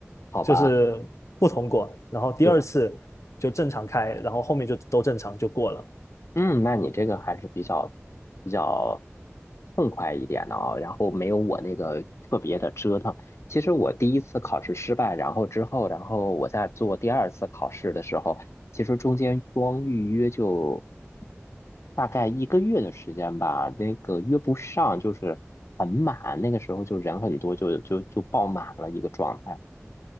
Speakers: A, on the left (about 65°); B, on the left (about 85°).
A: 好吧？
B: 就是不通过。然后第二次就正常开，
A: 对。
B: 然后后面就都正常就过了。
A: 嗯，那你这个还是比较比较痛快一点的啊，然后没有我那个特别的折腾。其实我第一次考试失败，然后之后，然后我在做第二次考试的时候，其实中间光预约就大概一个月的时间吧，那个约不上，就是很满，那个时候就人很多，就就就爆满了一个状态。